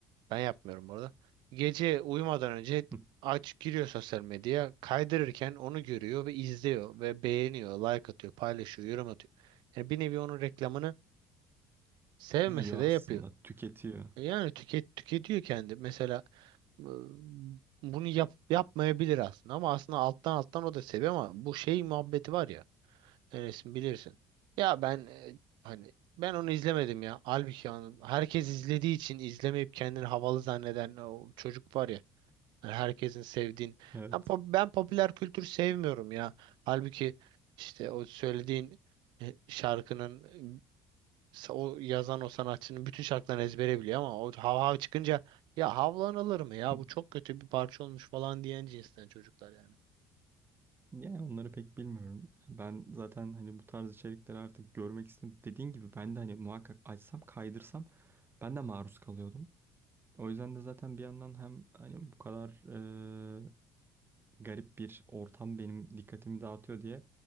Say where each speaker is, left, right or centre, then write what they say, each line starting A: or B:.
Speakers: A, on the right; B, on the right.
A: ben yapmıyorum orada. Gece uyumadan önce
B: <laughs> Hı.
A: aç giriyor sosyal medyaya kaydırırken onu görüyor ve izliyor ve beğeniyor, like atıyor, paylaşıyor, yorum atıyor. Yani bir nevi onun reklamını sevmese
B: Yiyor
A: de yapıyor.
B: aslında, tüketiyor.
A: E, Yani tüket tüketiyor kendi. Mesela e, bunu yap, yapmayabilir aslında ama aslında alttan alttan o da seviyor ama bu şey muhabbeti var ya Enes'in bilirsin. Ya ben e, hani ben onu izlemedim ya. Halbuki onun- herkes izlediği için izlemeyip kendini havalı zanneden o çocuk var ya. Hani herkesin sevdiğini.
B: Evet.
A: Ben, pop- ben popüler kültür sevmiyorum ya. Halbuki işte o söylediğin e, şarkının sa- o yazan o sanatçının bütün şarkılarını ezbere biliyor ama o hav hav çıkınca ya havlan alır mı ya
B: <laughs> Hı.
A: bu çok kötü bir parça olmuş falan diyen cinsten çocuklar yani.
B: Yani onları pek bilmiyorum. Ben zaten hani bu tarz içerikleri artık görmek istedim. Dediğin gibi ben de hani muhakkak açsam kaydırsam ben de maruz kalıyordum. O yüzden de zaten bir yandan hem hani bu kadar e, garip bir ortam benim dikkatimi dağıtıyor diye